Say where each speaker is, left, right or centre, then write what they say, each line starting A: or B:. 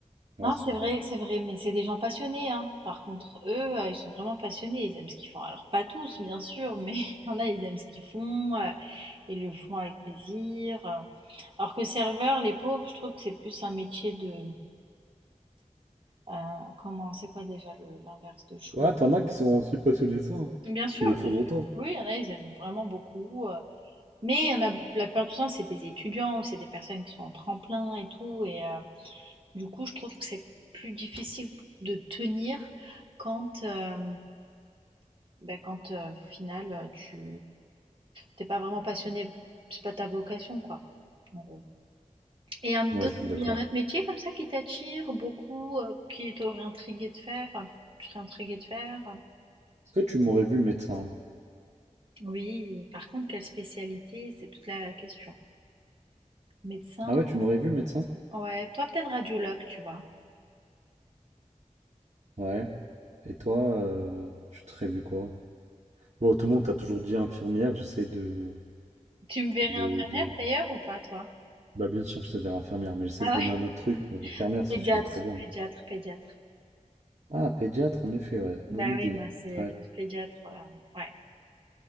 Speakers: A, on the right (about 60°); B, on the right (about 40°).
A: Ouais,
B: Non,
A: c'est
B: c'est
A: vrai.
B: vrai, c'est vrai, mais c'est des gens passionnés, hein. Par contre, eux, euh, ils sont vraiment passionnés, ils aiment ce qu'ils font. Alors, pas tous, bien sûr, mais <laughs> il y en a, ils aiment ce qu'ils font, euh, ils le font avec plaisir. euh. Alors que serveur, les pauvres, je trouve que c'est plus un métier de... euh, comment, c'est quoi déjà le- l'inverse de choix?
A: Ouais, t'en as qui sont aussi passionnés de ça, hein,
B: Bien sûr,
A: qui le font
B: bien sûr.
A: longtemps.
B: Oui, il y en a, ils aiment vraiment beaucoup. euh, Mais on a, la plupart du temps, c'est des étudiants ou c'est des personnes qui sont en tremplin et tout. Et euh, du coup, je trouve que c'est plus difficile de tenir quand, euh, bah, quand euh, au final, tu t'es pas vraiment passionné, c'est pas ta vocation, quoi. en gros. Et un
A: Ouais,
B: autre,
A: je suis d'accord.
B: il y a un autre métier comme ça qui t'attire beaucoup, euh, qui t'aurait intrigué de faire, enfin, tu serais intrigué de faire.
A: Est-ce que tu m'aurais vu médecin?
B: Oui, par contre, quelle spécialité? C'est toute la question. Médecin,
A: Ah ouais, tu m'aurais vu médecin?
B: ouais, toi peut-être radiologue, tu vois.
A: Ouais. Et toi, euh, tu te vu quoi? Bon, tout le monde t'a toujours dit infirmière. J'essaye de,
B: Tu me verrais
A: de,
B: infirmière
A: de-
B: d'ailleurs ou pas, toi?
A: Bah, bien sûr, je te verrai infirmière, mais j'essaie
B: Ah
A: de donner
B: ouais,
A: un autre truc. mais infirmière, ça
B: pédiatre,
A: tirait trop bien.
B: pédiatre, pédiatre.
A: Ah, pédiatre, en effet, ouais.
B: Bah
A: Bonne idée.
B: oui, moi c'est
A: Ouais.
B: plus pédiatre. euh, ouais.